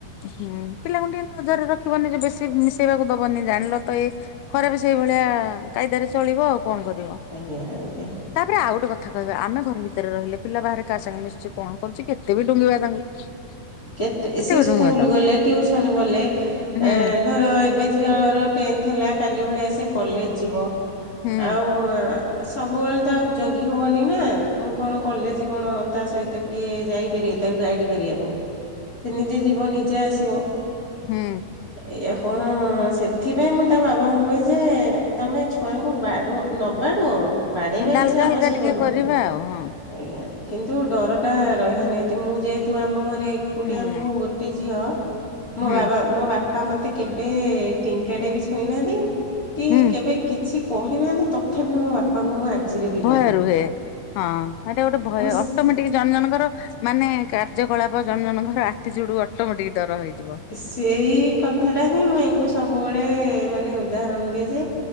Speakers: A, on the left; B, on the left.
A: ହୁଁ ପିଲାଙ୍କୁ ଟିକେ ନଜରରେ ରଖିବନି ଯେ ବେଶୀ ମିଶେଇବାକୁ ଦବନି ଜାଣିଲ ତ ଏ ଖରାପ ସେଇ ଭଳିଆ କାଇଦାରେ ଚଳିବ ଆଉ କଣ କରିବ।
B: ଆଜ୍ଞା ଆଜ୍ଞା।
A: ତାପରେ ଆଉ ଗୋଟେ କଥା କହିବା ଆମେ ଘର ଭିତରେ ରହିଲେ ପିଲା ବାହାରେ କାହା ସାଙ୍ଗେ ମିଶୁଚି କଣ କରୁଚି କେତେ ବି ଡୁଙ୍ଗିବା ତାଙ୍କୁ।
B: କେତେ ସେ
A: ବି
B: ସ୍କୁଲ
A: ଡୁଙ୍ଗିବା ତାଙ୍କୁ
B: ଗଲେ ଟିଉସନ ଗଲେ
A: ହୁଁ
B: ଏ ଧର ଏବେ ଝିଅର ଟେନ୍ଥ ହେଲା କାଲି ଭଳିଆ ସେ କଲେଜ ଯିବ
A: ହୁଁ
B: ଆଉ ସବୁବେଳେ ତ ଆଉ ଜଗି ହବନି ନା ମୁଁ କଣ କଲେଜ କଣ ତା ସହିତ କିଏ ଯାଇପାରିବେ ତାକୁ ଗାଇଡ କରିବା ପାଇଁ ସେ ନିଜେ ଯିବ ନିଜେ ଆସିବ।
A: ହୁଁ।
B: ଏୟା କଣ ସେଥିପାଇଁ ମୁଁ ତା ବାବାଙ୍କୁ କୁହେ ଯେ ତମେ ଛୁଆଙ୍କୁ ବାଡୁଅ ନବାଡୁ ବାଡେଇବା
A: ହୁଁ ଡାଲକା
B: କିଛି ଆବଶ୍ୟକ
A: ହାଲକା ଟିକେ
B: ନୁହଁ।
A: କରିବା ଆଉ ହଁ।
B: ଆଜ୍ଞା କିନ୍ତୁ ଡରଟା ରହିବା ନିହାତି ମୁଁ ଯେହେତୁ ଆମ ଘରେ ଏକୁଟିଆ
A: ହୁଁ
B: ମୁଁ ଗୋଟେ ଝିଅ ମୋ
A: ହୁଁ
B: ବାବା ମୋ ବାପା ବାପା ମତେ କେବେ ଟିଙ୍କାଟେ ବି ଛୁଇଁନାହାନ୍ତି କି
A: ହୁଁ
B: କେବେ କିଛି କହିନାହାନ୍ତି ତଥାପି ମୋ ବାପା ପାଙ୍ଗୁ ମୁଁ ଆଜିରେ ବି
A: ଭୟ
B: ଡରେ।
A: ରୁହେ। ହଁ ସେଟା ଗୋଟେ ଭୟ
B: ମୁଁ
A: ଅଟୋମେଟିକ୍ ଜଣ ଜଣଙ୍କର। ମାନେ କାର୍ଯ୍ୟକଳାପ ଜଣ ଜଣଙ୍କର ଆଟିଚ୍ୟୁଡ୍ ଅଟୋମେଟିକ୍ ଡର ହେଇଯିବ।
B: ସେଇ କଥା
A: ହଉ
B: ଟା ହିଁ ମୁଁ ୟାଙ୍କୁ ସବୁବେଳେ ମାନେ ଉଦାହରଣ ଦିଏ ଯେ